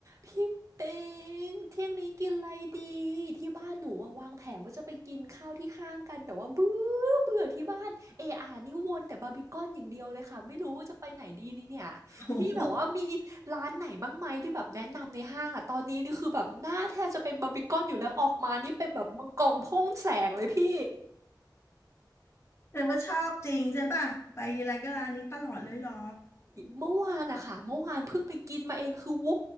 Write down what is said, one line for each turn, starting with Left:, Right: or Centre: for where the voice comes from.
Right: พี่ปิงเที่ยงนี้กินอะไรดีที่บ้านหนูอะวางแผนว่าจะไปกินข้าวที่ห้างกันแต่ว่าเบื่อเบื่อที่บ้านเออานี่วนแต่บาร์บีคอนอย่างเดียวเลยค่ะไม่รู้ว่าจะไปไหนดีนี่เนี่ยพี่แบบว่ามี
Left: โอ้โห
Right: ร้านไหนบ้างไหมที่แบบแนะนำในห้างอ่ะตอนนี้นี่คือแบบหน้าแทบจะเป็นบาร์บีคอนอยู่แล้วออกมานี่เป็นแบบมังกรพ่นแสงเลยพี่
Left: แสดงว่าชอบจริงใช่ป่ะไปทีไรก็ร้านนี้ตลอดเลยเหรอ
Right: เมื่อวานอะค่ะเมื่อวานเพิ่งไปกินมาเองคือว